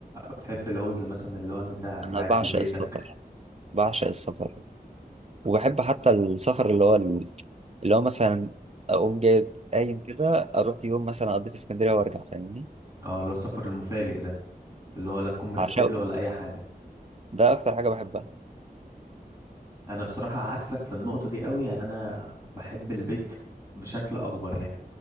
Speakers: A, on the right; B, on the right.
A: بتحب العزله مثلا اللي هو ان انت هتبقى
B: انا
A: قاعد
B: بعشق
A: في بيتك
B: السفر بعشق السفر وبحب حتى السفر اللي هو اللي هو مثلا اقوم جاي قايم كده اروح يوم مثلا اقضي في اسكندريه وارجع فاهمني
A: اه اللي هو السفر المفاجئ ده اللي هو لا تكون مرتب
B: عشاقه
A: له ولا اي حاجه
B: ده اكتر حاجه بحبها
A: انا بصراحه عكسك في النقطه دي قوي يعني انا بحب البيت بشكل اكبر يعني